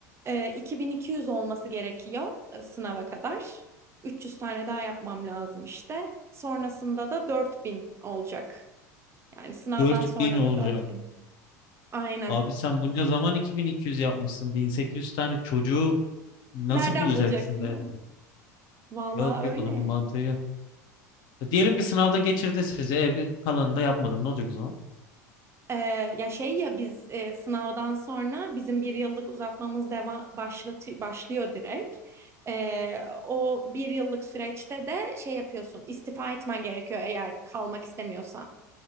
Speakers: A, on the right; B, on the left.
A: E, 2200 olması gerekiyor e, sınava kadar. 300 tane daha yapmam lazım işte. Sonrasında da 4000 olacak. Yani sınavdan
B: 4000
A: sonra
B: olacak.
A: da 4000. Aynen.
B: Abi sen bunca zaman iki iki bin iki yüz yapmışsın. bin sekiz yüz tane çocuğu nasıl
A: Nereden
B: bulacaksın
A: bulacaksın
B: da
A: değil
B: yaptın?
A: mi? Valla
B: Yok yok
A: öyle.
B: onun bir mantığı yok. E diyelim ki sınavda geçirdi sizi. E, bir kalanını da yapmadın. Ne olacak o zaman?
A: Ee, ya şey ya biz e, sınavdan sonra bizim bir yıllık uzatmamız deva başlatı başlıyor direkt. Ee, o bir yıllık süreçte de şey yapıyorsun istifa etmen gerekiyor eğer kalmak istemiyorsan.